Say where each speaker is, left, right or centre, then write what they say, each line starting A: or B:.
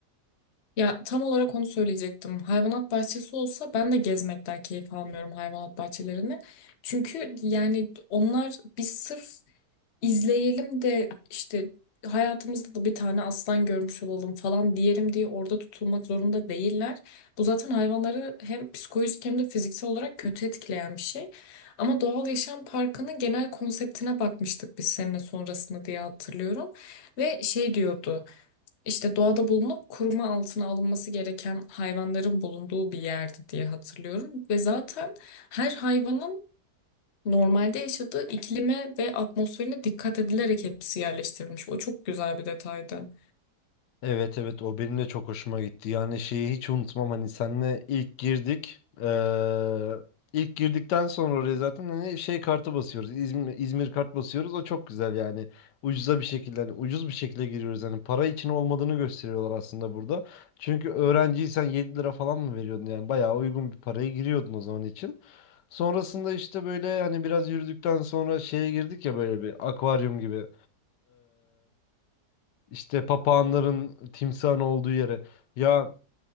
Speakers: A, on the left (about 50°); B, on the left (about 85°).
A: Ya tam olarak onu söyleyecektim. Hayvanat bahçesi olsa ben de gezmekten keyif almıyorum hayvanat bahçelerini. Çünkü yani onlar biz sırf izleyelim de işte hayatımızda da bir tane aslan görmüş olalım falan diyelim diye orada tutulmak zorunda değiller. Bu zaten hayvanları hem psikolojik hem de fiziksel olarak kötü etkileyen bir şey. Ama doğal yaşam parkının genel konseptine bakmıştık biz seninle sonrasında diye hatırlıyorum. Ve şey diyordu işte doğada bulunup koruma altına alınması gereken hayvanların bulunduğu bir yerdi diye hatırlıyorum. Ve zaten her hayvanın Normalde yaşadığı iklime ve atmosferine dikkat edilerek hepsi yerleştirilmiş. O çok güzel bir detaydı.
B: Evet evet o benim de çok hoşuma gitti. Yani şeyi hiç unutmam hani senle ilk girdik. Ee, ilk girdikten sonra oraya zaten hani şey kartı basıyoruz. İzmir, İzmir kart basıyoruz. O çok güzel yani. Ucuza bir şekilde hani ucuz bir şekilde giriyoruz. Hani para için olmadığını gösteriyorlar aslında burada. Çünkü öğrenciysen 7 lira falan mı veriyordun yani bayağı uygun bir paraya giriyordun o zaman için. Sonrasında işte böyle hani biraz yürüdükten sonra şeye girdik ya böyle bir akvaryum gibi işte papağanların timsahın olduğu yere. Ya